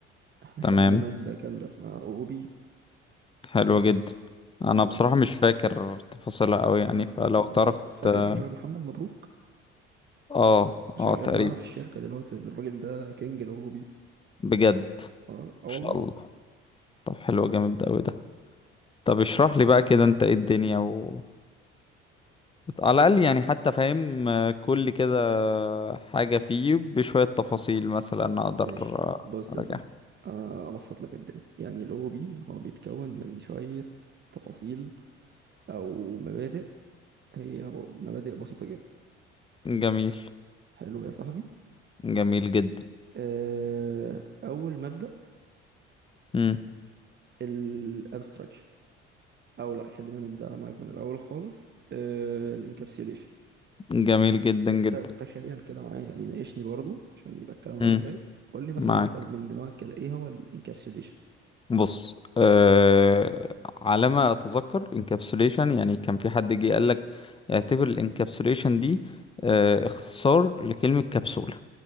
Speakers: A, on the right; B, on the left.
A: احنا
B: تمام
A: خدنا مادة كاملة اسمها او بي
B: حلو جدا انا
A: ف
B: بصراحة مش فاكر تفاصيلها قوي يعني
A: لا،
B: فلو تعرف
A: انت ف- فاكر
B: ت-
A: محمد مبروك
B: اه
A: شغال
B: اه تقريبا
A: معانا في الشركة دلوقتي الراجل ده كينج الاو بي
B: بجد ان
A: اه آه
B: شاء
A: والله
B: الله طب حلو جامد قوي ده طب اشرح لي بقى كده انت ايه الدنيا و... على الاقل يعني حتى فاهم آه، كل كده حاجة فيه بشوية تفاصيل مثلا اقدر
A: ماشي
B: آه،
A: بص
B: اراجعها
A: يا صاحبي انا ابسط لك الدنيا يعني الاو بي هو بيتكون من شوية تفاصيل او مبادئ هي ب- مبادئ بسيطة جدا
B: جميل
A: حلو يا صاحبي
B: جميل جدا
A: أه اول مبدأ
B: مم.
A: الابستراكشن او لا خلينا نبدأ معاك من الاول خالص أه الانكابسيوليشن
B: جميل جدا جدا
A: انت تخيل كده معايا يعني ناقشني برضو عشان يبقى الكلام رايح
B: مم.
A: جاي قول لي مثلا
B: معاك
A: انت من دماغك كده ايه هو الانكابسيوليشن
B: بص أه... على ما اتذكر انكابسوليشن يعني كان في حد جه قال لك اعتبر الانكابسوليشن دي أه... اختصار لكلمة كبسولة